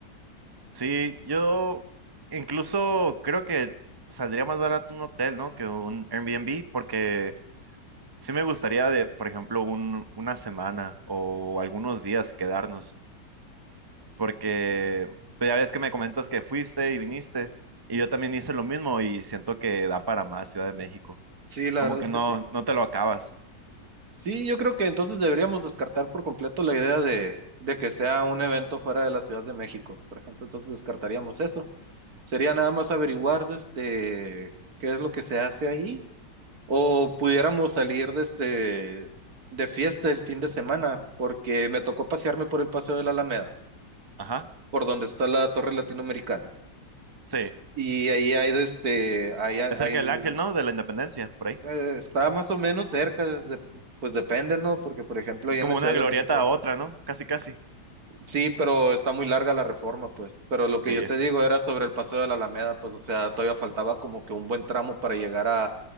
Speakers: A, on the right (about 25°); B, on the right (about 55°).
A: Sí, yo incluso creo que saldría más barato un hotel, ¿no? Que un Airbnb, porque sí me gustaría de, por ejemplo, un, una semana o algunos días quedarnos, porque pues, ya ves que me comentas que fuiste y viniste, y yo también hice lo mismo y siento que da para más Ciudad de México.
B: Sí, la
A: Como
B: verdad
A: que
B: es que
A: no,
B: sí.
A: no te lo acabas.
B: Sí, yo creo que entonces deberíamos descartar por completo la idea de, de que sea un evento fuera de la Ciudad de México, por ejemplo, entonces descartaríamos eso. Sería nada más averiguar este, qué es lo que se hace ahí O pudiéramos salir desde de fiesta el fin de semana, porque me tocó pasearme por el Paseo de la Alameda,
A: Ajá,
B: por donde está la Torre Latinoamericana.
A: sí.
B: Y ahí hay este, ahí hay,
A: Es cerca
B: hay,
A: del Ángel, ¿no? De la Independencia, por ahí.
B: eh, está más o menos cerca, de- pues depende, ¿no? Porque, por ejemplo,
A: Es
B: ahí
A: como
B: en la Ciudad
A: una glorieta
B: de México,
A: a otra, ¿no? Casi, casi.
B: sí, pero está muy larga la reforma, pues. Pero lo que
A: Sí.
B: yo te digo era sobre el Paseo de la Alameda, pues, o sea, todavía faltaba como que un buen tramo para llegar